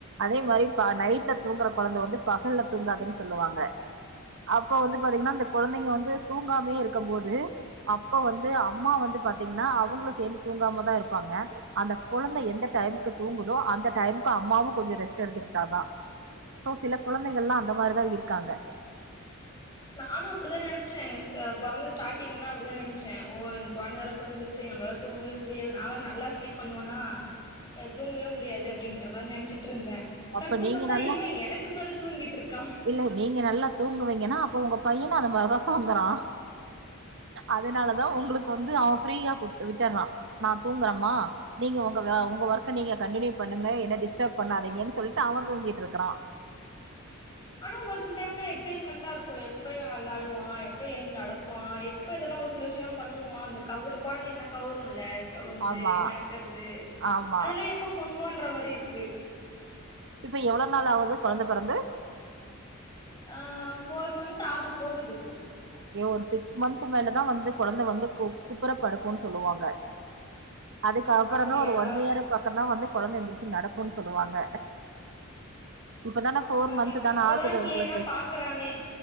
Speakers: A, on the right; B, on the left.
A: அதே மாரி பா நைட்ல தூங்குற கொழந்த வந்து பகல்ல தூங்காதுன் சொல்லுவாங்க அப்போ வந்து பாத்தீங்னா அந்த கொழந்தைங்க வந்து தூங்காமே இருக்கம்போது அப்ப வந்து அம்மா வந்து பாத்தீங்னா அவுங்களு சேந்து தூங்காம தா இருப்பாங்க அந்த குழந்த எந்த டைமுக்கு தூங்குதோ அந்த டைமுக்கு அம்மாவு கொஞ்சோ ரெஸ்ட் எடுத்துக்குட்டாதா சோ சில குழந்தைங்கல்லா அந்த மாரிதா இருக்காங்க
B: நானு அப்டிதா நெனச்சே ஸ்ட அ பொறந்த ஸ்டார்டிங்ல அப்டிதா நெனச்சே ஓ இந் கொழந்த வேற பொறந்துர்ச்சே நம்ளால தூங்கவே முடியாது நா வேற நல்லா ஸ்லீப் பண்ணுவனா எ தூங்கவே முடியாது அப்டின்ற மாரி நெனச்சிட்ருந்தே கடைசில
A: அப்ப நீங்க
B: பாத்தா
A: நல்ல
B: இவே எனக்கு மேல தூங்கிட்ருக்கா
A: இல்ல நீங்க நல்லா தூங்குவீங்கனா அப்போ ஒங்க பையனு அத மாரிதா தூங்குறா அதனால தான் உங்குளுக்கு வந்து அவ ஃப்ரீயா கொ விட்டுர்றா நா தூங்குறம்மா நீங்க உங்க வே உங்க ஒர்க்க நீங்க கண்டினியூ பண்ணுங்க என்ன டிஸ்டப பண்ணாதீங்கன்னு சொல்ட்டு அவே தூங்கிட்ருக்குறா
B: ஆனா ஒரு சில டைம்ல எக்ஸைட்மெண்டா இருக்கு எப்ப இவ விளாடுவா எப்ப எழுந் நடப்பா இப்ப இதெல்லா ஒரு சில விஷ்யல்லா பண்ணுவா அந்த கவர் குழந்தைங்கன்னா கவரும்ல்ல வந்து
A: ஆமா
B: நடக்கறது
A: ஆமா
B: அதெல்லா எப்ப பண்ணுவான்ற மாரி இருக்கு
A: இப்ப எவ்ள நாள் ஆகுது கொழந்த பொறந்து
B: ஆ ஃபோர் மந்த் ஆக போகுது இப்போ
A: ஓகே ஒரு சிக்ஸ் மந்த் மேலதா வந்து கொழந்த வந்து குப்பற படுக்குன் சொல்லுவாங்க அதுக்க அப்புறமு
B: அப்படியா
A: ஒரு ஒன் இயர் பக்கம்தா வந்து கொழந்த எந்திரிச்சு நடக்குன் சொல்லுவாங்க இப்பதான ஃபோர்
B: பட்
A: மந்த்
B: இவ
A: தானே
B: இப்பதா
A: ஆகுது
B: கிளியரா
A: உங்களுக்கு
B: பாக்குறானே